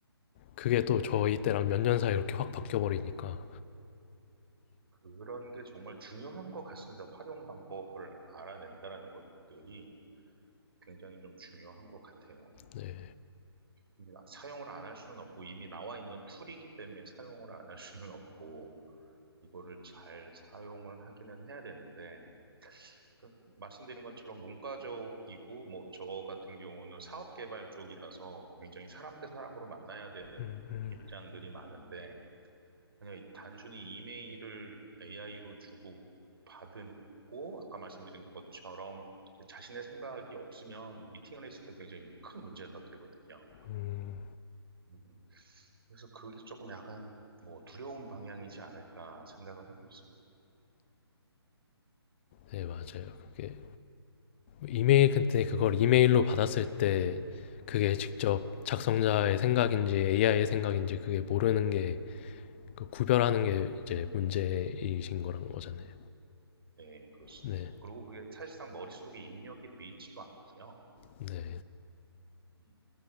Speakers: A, on the left (about 25°); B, on the right (about 60°).
A: 그게 또 저희 때랑 몇 년 사이 이렇게 확 바뀌어버리니까.
B: 그런 게 정말 중요한 것 같습니다. 활용 방법을 알아낸다라는 것들이 굉장히 좀 중요한 것 같아요.
A: 네.
B: 근데 나- 사용을 안 할 수는 없고 이미 나와 있는 툴이기 때문에 사용을 안 할 수는 없고 이거를 잘 사용을 하기는 해야 되는데 그 말씀드린 것처럼 문과적이고 뭐 저 같은 경우는 사업 개발 쪽이라서 굉장히 사람 대 사람으로 만나야 되는
A: 음, 음,
B: 입장들이 많은데 그냥 단순히 이메일을 AI로 주고 받고 아까 말씀드린 것처럼 자신의 생각이 없으면 미팅을 했을 때 굉장히 큰 문제가 되거든요.
A: 음.
B: 음, 그래서 그게 조금 약간 뭐 두려운 방향이지 않을까 생각을 하고 있습니다.
A: 네, 맞아요. 그게 이메일 그때 그걸 이메일로 받았을 때 그게 직접 작성자의 생각인지 AI의 생각인지 그게 모르는
B: 음,
A: 게그 구별하는 게 이제 문제이신 거란 거잖아요.
B: 네, 그렇습니다.
A: 네.
B: 그리고 그게 사실상 머릿속에 입력이 돼 있지도 않고요.
A: 네.
B: 음,